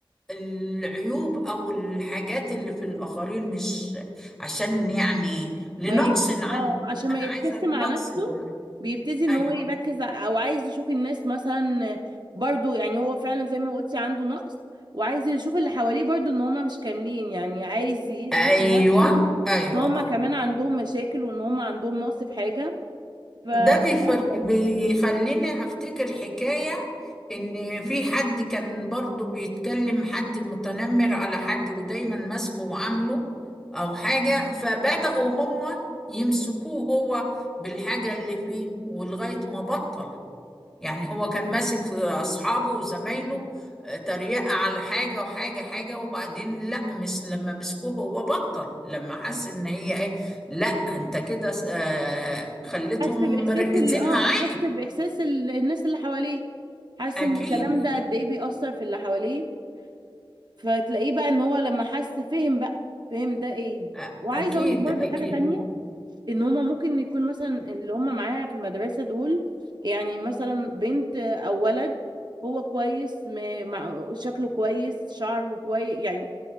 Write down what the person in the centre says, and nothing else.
العيوب او الحاجات اللي في الاخرين مش عشان يعني لنقص
عنه
انا
عايزه لنقص
عنه
ايوه
ايوه
ايوه
اه
ده بيف... بيخلينا افتكر حكايه ان في حد كان برضو بيتكلم حد متنمر على حد ودايما ماسكه وعامله او حاجه فبداوا هما يمسكوه هو بالحاجه اللي فيه ولغايه ما بطل يعني هو كان ماسك اصحابه وزمايله آه، تريقة على حاجة وحاجة حاجة وبعدين لا مس لما مسكوه هو بطل لما حس ان هي ايه لا انت كده آه، خليتهم
مركزين
معاك
اكيد
أ-
اكيد
اكيد